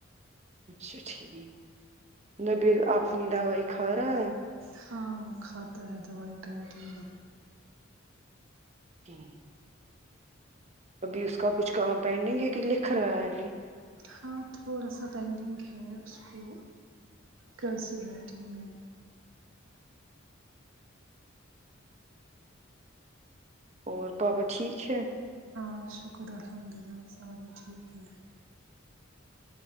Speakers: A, on the right (about 35°); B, on the right (about 75°).
A: اچھا ٹھیک نبیل اپنی دوائی کھارہا ہے
B: ہاں وہ کھاتا ہے دوائی کنٹینیو
A: جی ابھی اس کا کچھ کم پینڈنگ ہے کہ لکھ رہا ہے ابھی
B: ہاں تھوڑا سا پینڈنگ ہے اس کو کرسیو رائٹنگ میں
A: اور پاپا ٹھیک ہے
B: ہاں شکر الحمداللہ سارے ٹھیک ہے